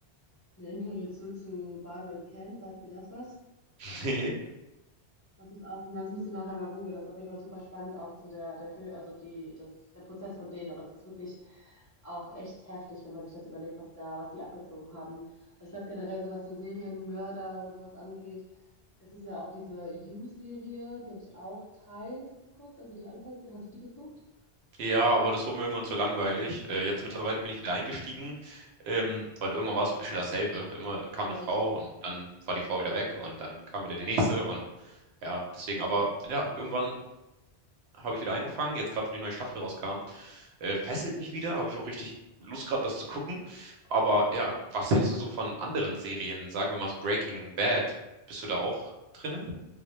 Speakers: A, on the left (about 25°); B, on the right (about 70°).
A: eine Interview zu, zu Barbie und Ken. Sagt dir das was?
B: <laughs> Nee.
A: Das ist auch ein ganz, musst du nachher mal googeln, das ist auf jeden Fall super spannend, auch zu der, der Film, also die, das, der Prozess von denen. Aber das ist wirklich auch echt heftig, wenn man sich das überlegt, was da, was die abgezogen haben. Also ich glaube generell, so was so Serienmörder oder sowas angeht, das ist ja auch diese You-Serie, die habe ich auch teils geguckt, also die Anfangsserie. Hast du die geguckt?
B: Ja, aber das wurde mir irgendwann zu langweilig. Äh, jetzt
A: Echt?
B: mittlerweile bin ich wieder eingestiegen, ähm, weil irgendwann war es ein bisschen dasselbe. Immer kam
A: Ja,
B: eine Frau
A: das stimmt.
B: und dann war die Frau wieder weg und dann kam wieder die nächste und ja, deswegen, aber ja, irgendwann habe ich wieder angefangen, jetzt gerade, wo die neue Staffel rauskam. Äh, fesselt mich wieder, habe ich auch richtig Lust gerade, das zu gucken. Aber ja, was hältst du so von anderen Serien? Sagen wir mal so Breaking Bad. Bist du da auch drinne?